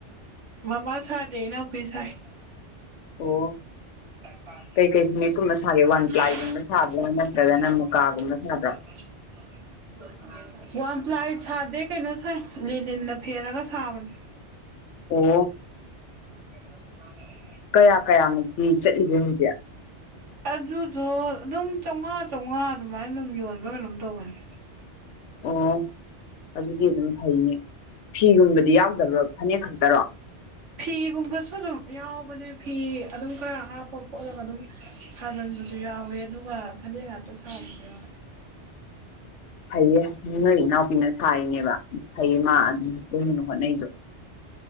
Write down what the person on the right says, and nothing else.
ꯃꯃꯥ ꯁꯥꯗ‌ꯦ ꯏꯅꯥꯎꯄꯤ ꯁꯥꯏ
<unintelligible>
ꯋꯥꯝ ꯄ꯭ꯂꯥꯏ ꯁꯥꯗꯦ ꯀꯩꯅꯣ ꯁꯥꯏ ꯂꯦꯟꯗꯤꯟꯗ ꯐꯦꯂꯒ ꯁꯥꯕꯅꯦ
<unintelligible>
ꯑꯗꯨꯗꯣ ꯑꯗꯨꯝ ꯆꯥꯝꯃꯉꯥ ꯆꯥꯝꯃꯉꯥ ꯑꯗꯨꯃꯥꯏꯅ ꯑꯗꯨꯝ ꯌꯣꯟꯕ ꯀꯩꯅꯣꯝ ꯇꯧꯕꯅꯤ
ꯐꯤꯒꯨꯝꯕꯁꯨ ꯑꯗꯨꯝ ꯌꯥꯎꯕꯅꯦ ꯐꯤ ꯑꯗꯨꯝ ꯈꯔ ꯍꯥꯞꯄ ꯈꯣꯠꯂꯒ ꯑꯗꯨꯝ ꯁꯥꯖꯟꯕꯁꯨ ꯌꯥꯎꯋꯦ ꯑꯗꯨꯒ ꯐꯅꯦꯛ ꯉꯥꯛꯇ ꯁꯥꯕꯁꯨ ꯌꯥꯎꯋꯦ